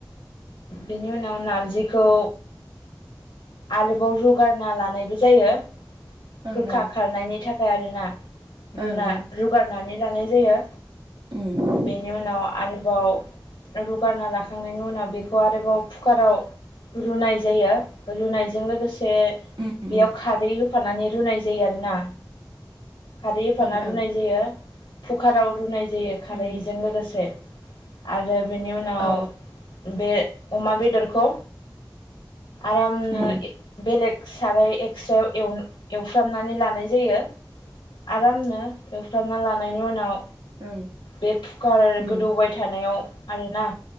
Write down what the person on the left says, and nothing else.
बेनि उनाव नारजिखौ आरोबाव रुगारना लानायबो जायो
गोखा खारनायनि थाखाय आरोना रुना
रुगारनानै लानाय जायो
बेनि उनाव आरोबाव रुगारना लाखांनायनि उनाव बेखौ आरोबाव कुकाराव रुनाय जायो रुनाय बेजों लोगोसे
बेयाव
खारै होफानानै रुनाय जायो आरोना खारै
होफाना
रुनाय जायो कुकाराव रुनाय जायो खारैजों
लोगोसे आरो बेनि उनाव
बे अमा बेदरखौ आराम नो
बेलेग साराय एक्स्रेायाव एव एवफ्रामनानै लानाय जायो आरामनो एवफ्रामना लानायनि उनाव
बे कुकार
आरो गोदौबाय थानायाव आरोना